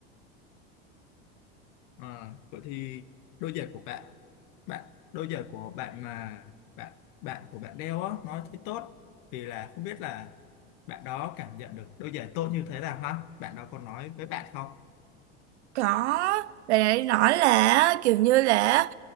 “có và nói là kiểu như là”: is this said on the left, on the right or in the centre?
Right